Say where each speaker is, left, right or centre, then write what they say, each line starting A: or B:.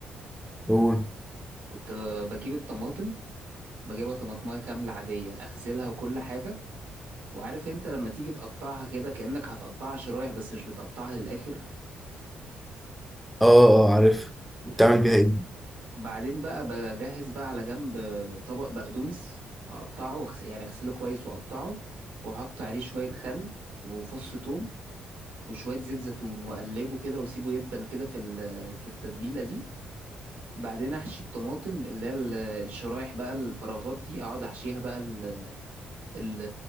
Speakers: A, in the centre; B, on the right.
A: قول
B: كنت بجيب الطماطم بجيبها طماطماية كاملة عادية أغسلها وكل حاجة وعارف أنت لما تيجي تقطعها كده كأنك هتقطعها شرايح بس مش بتقطعها للآخر
A: اه اه آه، عارف
B: بتبقى
A: بتعمل
B: متقطع
A: بيها ايه
B: بعدين بقى بجهز بقى على جنب طبق بقدونس أقطعه وأغس- يعني أغسله كويس وأقطعه وأحط عليه شوية خل وفص ثوم وشوية زيت زيتون وأقلبه كده وأسيبه يدبل كده في ال- في التتبيلة دي بعدين احشي الطماطم اللي هي ال- الشرايح بقى الفراغات دي اقعد احشيها بقى ال- ال-